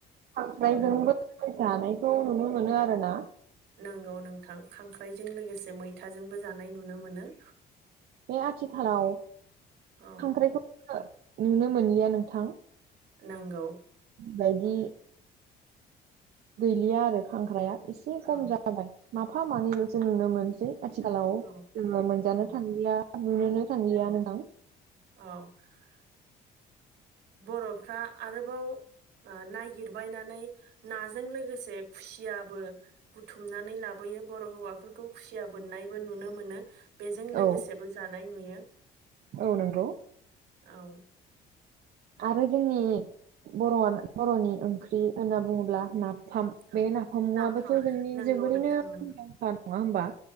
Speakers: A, on the right; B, on the right.
A: खांख्राइजोंबो
B: औ।
A: जानायखौ नुनो मोनो आरो ना?
B: नंगौ नोंथां खांख्राइजों लोगोसे मैथाजोंबो जानाय नुनो मोनो।
A: बे आथिखालाव
B: औ।
A: खांख्राइखौ नुनो मोनलिया नोंथां।
B: नोंगौ।
A: बायदि गैलिया आरो खांख्राया एसे खम
B: औ
A: जाबाय माफा मानैलसो नुनो मोनसै। आथिखालाव
B: औ
A: जोङो मोनजानो
B: औ
A: थांलिया नुनोनो थांलिया
B: औ
A: नोंथां
B: <inaudible> बर'फ्रा आरोबाव नायागिरबायनानै नाजों लोगोसे खुसियाबो बुथुमनानै लाबोयो। बर' हौवाफोरखौ खुसिया बोननायबो नुनो मोनो। बेजों लोगोसेबो
A: औ
B: जानाय नुयो
A: औ नंगौ
B: औ।
A: आरो जोंनि बर'आ बर'नि ओंख्रि होनना बुङोब्ला ना फाम
B: औ
A: बे नाफामुआाबबोथ'
B: नाफाम
A: जोंनि
B: नंगौ
A: जोबोरैनो
B: नोंथां नोंगौ
A: खुंदांखा नङा होमबा?